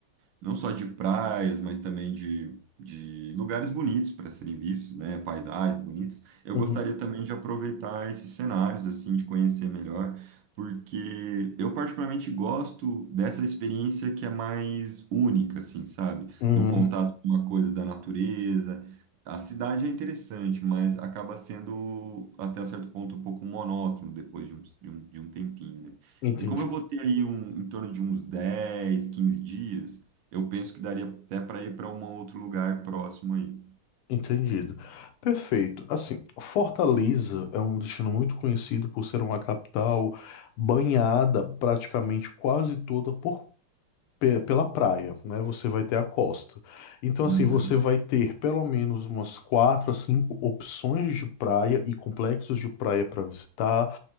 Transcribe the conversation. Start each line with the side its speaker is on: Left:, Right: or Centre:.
Right: não só de praias, mas também de, de lugares bonitos para serem vistos, né? Paisagens bonitas. Eu
Left: uhum,
Right: gostaria também de aproveitar esses cenários, assim, de conhecer melhor, porque eu particularmente gosto dessa experiência que é mais única, assim, sabe?
Left: uhum.
Right: Do contato com uma coisa da natureza, a cidade é interessante, mas acaba sendo até certo ponto um pouco monótono depois de um, de um, de um tempinho, né?
Left: Entendido.
Right: E como eu vou ter aí um, em torno de uns 10, 15 dias, eu penso que daria até para ir para um outro lugar próximo aí.
Left: Entendido. Perfeito. Assim, Fortaleza é um destino muito conhecido por ser uma capital banhada praticamente quase toda por pe- pela praia, né? Você vai ter a costa. Então,
Right: Uhum,
Left: assim, você vai ter pelo menos umas quatro a cinco opções de praia e complexos de praia para visitar.